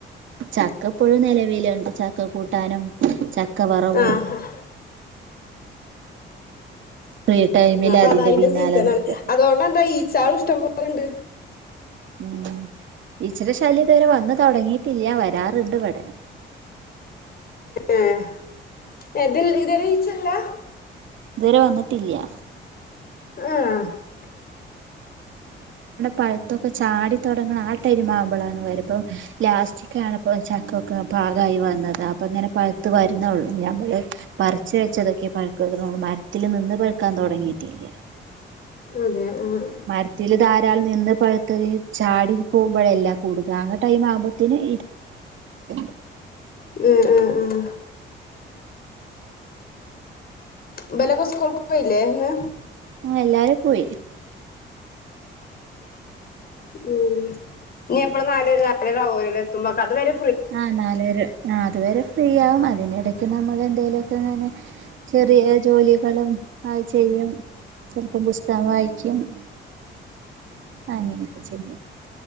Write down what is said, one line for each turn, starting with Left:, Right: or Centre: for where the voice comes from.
Right: ചക്ക ഇപ്പഴും നിലവിലുണ്ട് ചക്ക കൂട്ടാനും ചക്ക വറുവും
Left: ആ
Right: ഫ്രീ ടൈമിൽ
Left: അപ്പൊ
Right: അതിന്റെ
Left: അത് അയിന്റെ
Right: പിന്നാലെ
Left: സീസണാണ്
Right: നിക്കുവ
Left: അതുകൊണ്ട് എന്താ <unintelligible>
Right: ഉം ഈ ച്ചേടെ ശല്യം ഇവിടെ വന്ന് തൊടങ്ങീട്ടില്ല വരാറുണ്ട് ഇവിടെ
Left: ഏഹ് എതിൽ ഇതുവരെ ഈച്ച ഇല്ലാ
Right: ഇതുവരെ വന്നിട്ടില്ല്യ
Left: ആഹ് ഹ
Right: പഴുത്തോ ചാടി തൊടങ്ങണ ആ ടൈം ആകുമ്പോളാണ് വരുന്നത് ലാസ്റ്റ്ക്കെ ആയപ്പോ ചക്കൊക്കെ പാകായി വന്നതാ അപ്പൊ ഇങ്ങനെ പഴുത്ത് വരുന്നെ ഒള്ളൂ ഞങ്ങള് പറിച്ച് വെച്ചെതൊക്കെ പഴുക്കുന്നു മരത്തിൽ നിന്ന് പഴുക്കാൻ തൊടങ്ങീട്ടില്ല
Left: അതെ ആഹ്
Right: മരത്തില് <unintelligible> നിന്ന് പഴുത്തതീ ചാടിപ്പോകുമ്പഴല്ല കൊടുക്കാവുന്ന ടൈം ആകുമ്പഴുത്തെന് <unintelligible>
Left: ആഹ് ആഹ് ആഹ് <unintelligible> സ്കൂൾക്ക് പോയില്ലേ ഇന്ന്
Right: അഹ് എല്ലാരും പോയി
Left: മ്മ്ഹ് ഇനി എപ്പോളാ നാലെര നാലെര ആകുവോ അവരെത്തുമ്പൊ അതുവരെ
Right: ആഹ് നാലെര ആഹ് അതുവരെ ഫ്രീ ആകും അതിനിടക്ക് നമ്മൾ എന്തേലും ചെറിയ ജോലികളും അത് ചെയ്യും ചിലപ്പോ പുസ്തകം വായിക്കും ക്കും ആഹ് ഇങ്ങനെ ഒക്കെ ചെയ്യും